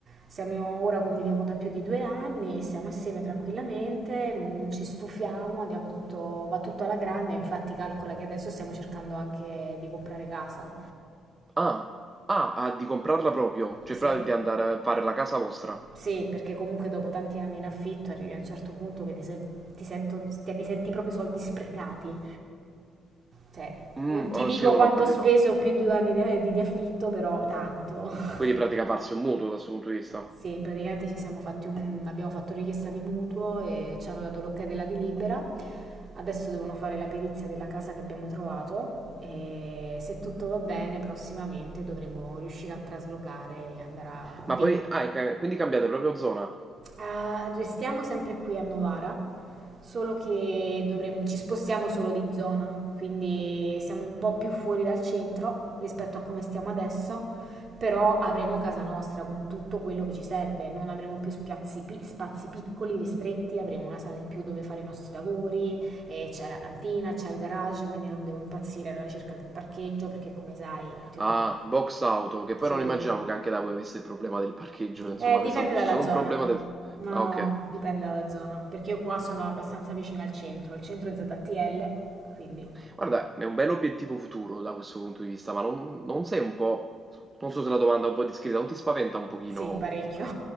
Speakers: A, on the right; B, on the right.
A: siamo ora conviviamo da più di due anni, siamo assieme tranquillamente, non, non ci stufiamo, andiamo tutto, va tutto alla grande, infatti calcola che adesso stiamo cercando anche di comprare casa.
B: Ah, ah, ah, di comprarla proprio, cioè,
A: Sì.
B: proprio di andare a fare la casa vostra.
A: Sì, perché comunque dopo tanti anni in affitto arrivi a un certo punto che ti, sen- ti, sento- ti- li senti proprio i soldi sprecati. Cioè,
B: Mm,
A: non ti
B: oh,
A: dico
B: sì o
A: quanto
B: no, capito.
A: ho speso più in due anni di, di- di affitto, però tanto.
B: Quindi,
A: <laughs>
B: in pratica, farsi un mutuo da questo punto di vista.
A: Sì, praticamente ci siamo fatti un, abbiamo fatto richiesta di mutuo e ci hanno dato l'ok della delibera. Adesso devono fare la perizia della casa che abbiamo trovato e se tutto va bene prossimamente dovremo riuscire a traslocare e andare a
B: Ma
A: vivere
B: poi, ah, e ca- quindi cambiate proprio zona?
A: Eh, restiamo sempre qui a Novara, solo che dovremmo- ci spostiamo solo di zona, quindi siamo un po' più fuori dal centro rispetto a come stiamo adesso, però avremo casa nostra con tutto quello che ci serve, non avremo più spiazzi pi- spazi piccoli, ristretti, avremo una sala in più dove fare i nostri lavori, e c'è la cantina, c'è il garage, quindi non devo impazzire alla ricerca del parcheggio perché come sai, ti
B: Ah,
A: ho detto,
B: box auto, che poi
A: se-
B: non immaginavo che anche da voi avesse il problema del parcheggio, insomma,
A: eh, dipende
B: pensavo fosse
A: dalla
B: solo
A: zona.
B: un problema del...
A: No,
B: Ah, ok.
A: dipende dalla zona, perché io qua sono abbastanza vicina al centro, il centro è ZTL, quindi
B: Guarda, è un bell'obiettivo futuro da questo punto di vista, ma non, non sei un po', non so se la domanda è un po' discreta, non ti spaventa un pochino?
A: sì, parecchio.